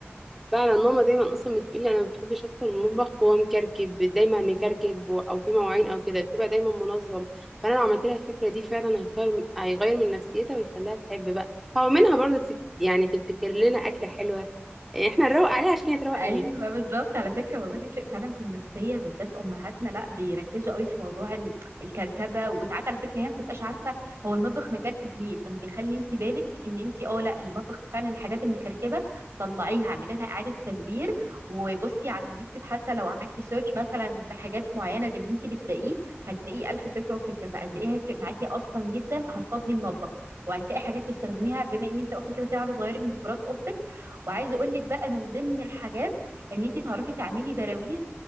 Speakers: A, in the centre; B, on the right.
A: فعلا ماما دايما اصلا بتقولي انا ما بحبش ادخل المطبخ وهو مكركب دايما مكركب و- او في مواعين او كده بتبقى دايما منظم فانا لو عملت لها الفكره دي فعلا هيغير هيغير من نفسيتها ويخليها تحب بقى هو منها برضو تك- يعني تبتكر لنا اكله حلوه يعني احنا نروق عليها عشان هي تروق
B: ايوه
A: علينا
B: بالظبط على فكره والله بيفرق فعلا في النفسيه بالذات امهاتنا لا بيركزوا قوي في موضوع ال- الكركبه وساعات على فكره هي ما بتبقاش عارفه هو المطبخ مكركب ليه فانت خلي انت بالك ان انت اه لا المطبخ فعلا الحاجات المكركبه طلعيها اعملي لها اعاده تدوير وبصي على اليوتيوب حتى لو عملتي سيرش مثلا بحاجات معينه باللي انت بتلاقيه هتلاقيه الف فكره وفكره فقد ايه هيفرق معاكي اصلا جدا هتفضي المطبخ وهتلاقي حاجات تستخدميها بما ان انت اصلا كده كده عايزه تغيري من ديكورات اوضتك وعايزه اقول لك بقى من ضمن الحاجات ان انت تعرفي تعملي براويز